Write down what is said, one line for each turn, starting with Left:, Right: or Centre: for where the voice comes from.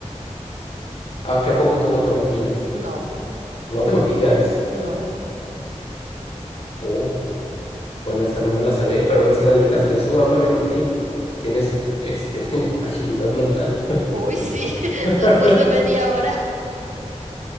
Left: ¿A qué a poco tú no te maquillas?
Right: no,
Left: ¿No te maquillas?
Right: no.
Left: Oh, bueno, esa no me la sabía, pero aún así la adivinaste. Eso habla bien de ti. Tienes, este, <laughs> agilidad mental.
Right: Uy, sí, <laughs>
Left: <laughs>
Right: después de media hora.